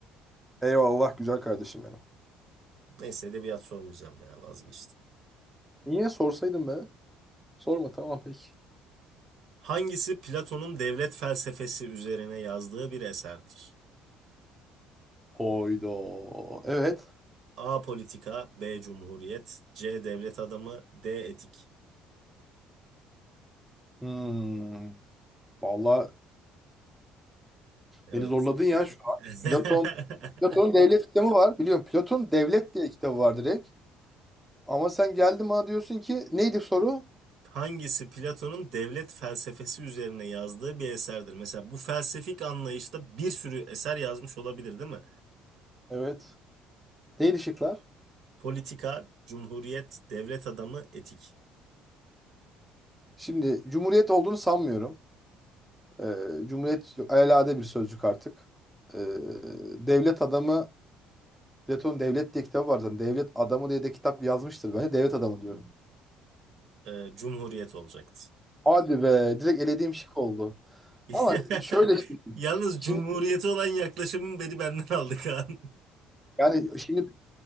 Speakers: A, in the centre; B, on the right (about 65°).
A: Eyvallah güzel kardeşim benim.
B: Neyse edebiyat sormayacağım ya vazgeçtim.
A: Niye sorsaydın be? Sorma tamam peki.
B: Hangisi Platon'un devlet felsefesi üzerine yazdığı bir eserdir?
A: Hoydo. Evet.
B: A. Politika B. Cumhuriyet C. Devlet adamı D. Etik
A: Hmm. Vallahi
B: Evet.
A: Beni zorladın ya
B: <laughs>
A: şu an. Platon, Platon'un devlet kitabı var. Biliyorum Platon devlet diye kitabı var direkt. Ama sen geldin bana diyorsun ki neydi soru?
B: Hangisi Platon'un devlet felsefesi üzerine yazdığı bir eserdir? Mesela bu felsefik anlayışta bir sürü eser yazmış olabilir, değil mi?
A: Evet. Neydi şıklar?
B: Politika, Cumhuriyet, Devlet Adamı, Etik.
A: Şimdi cumhuriyet olduğunu sanmıyorum. Ee, cumhuriyet yok, alelade bir sözcük artık. Ee, devlet adamı Platon devlet diye kitabı var zaten. Devlet adamı diye de kitap yazmıştır. Ben de devlet adamı diyorum.
B: Ee, Cumhuriyet olacaktı.
A: Hadi be direkt elediğim şık oldu.
B: <laughs>
A: Ama şöyle
B: Yalnız
A: şimdi
B: Cumhuriyeti olan yaklaşımın beni benden aldı Kaan.
A: yani şimdi